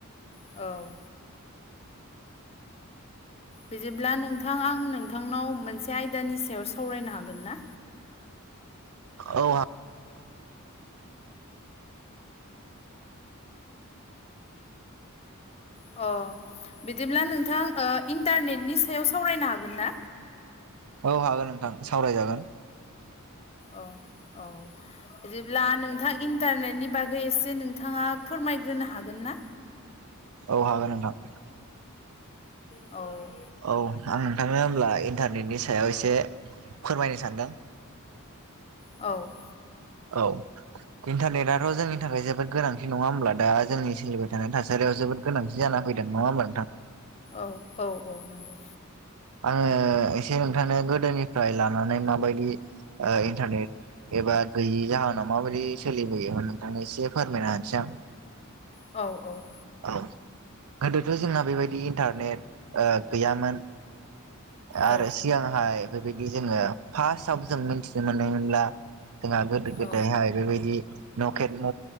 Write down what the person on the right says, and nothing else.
औ हा
औ हागोन नोंथां सावरायजागोन
औ हागोन नोंथां
औ आं नोंथांनो होमब्ला इन्टारनेटनि सायाव एसे फोरमायनो सानदों
औ इन्टारनेटआथ' जोंनि थाखाय जोबोद गोनांथि नङा होमब्ला दा जोंनि सोलिबाय थानाय थासारियाव जोबोद गोनांथि जाना फैदों नङा होमब्ला नोंथां
आङो एसे नोंथांनो गोदोनिफ्राय लानानै माबायदि इन्टारनेट एबा गैयै जाहोनाव माबायदि सोलिबोयोमोन नोंथांनो एसे फोरमायना होनोसै आं
औ गोदोथ' जोंना बेबायदि इन्टारनेट गैयामोन आरो
सिगांहाय बेबायदि जोङो फार्स्टआव जों मिथिनो मोननायमोनब्ला जोंहा गोदो गोदायहाय
बेबायदि नकेट